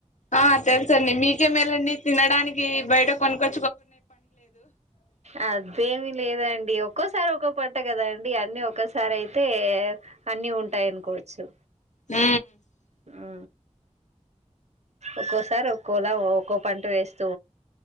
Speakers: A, on the left; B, on the right.
A: ఆ తెలుసండి మీకె మేలండి తినడానికి బయట కొనుకొ
B: అదేమి లేదం డి ఒక్కోసారి ఒక్కో పంట కదా అండి అన్ని ఒక్కసారి అయితే అన్నీ ఉంటాయి అనుకోవచ్చు
A: హ
B: ఆ ఒక్కోసారి ఒక్కోలా ఒ ఒక్కో పంట వేస్త